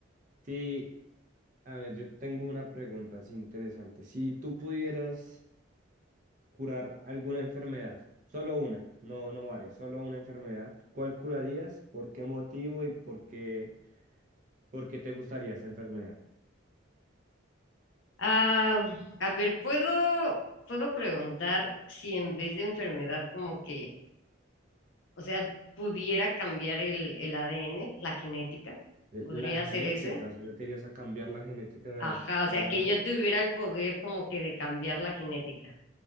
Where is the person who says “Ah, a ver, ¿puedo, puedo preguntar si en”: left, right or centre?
Left